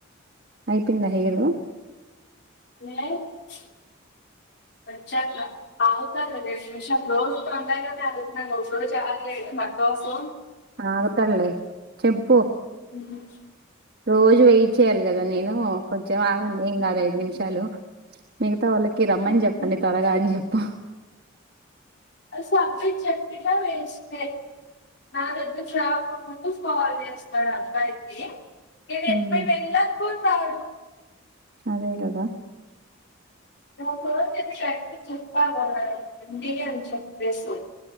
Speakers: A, on the right; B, on the left.
A: అయిపోయిందా హెయిరో
B: లేదు <unintelligible> <unintelligible>
A: ఆగుతల్లి చెప్పు
B: ముచ్
A: రోజు వెయిట్ చేయాలి కదా నేను కొంచెం ఆగ్ గండి ఏం కాదు ఐదు నిమిషాలు మిగతా వాళ్ళకి
B: హ్మ్.
A: రమ్మని చెప్పండి త్వరగా అని చెప్ హా
B: ఆ సబ్జెక్ట్ చెప్పిన వేస్టే నా దగ్గర <unintelligible> మొత్తం కాల్ చేస్తాను అబ్బాయికి ఇది
A: ఉమ్
B: ఎప్పు వెళ్ళాకు తాడు
A: అదే కదా
B: నువు ఫోన్ చేసి కరెక్ట్ గా చెప్పాల ఇంటికే అని చెప్పసేవ్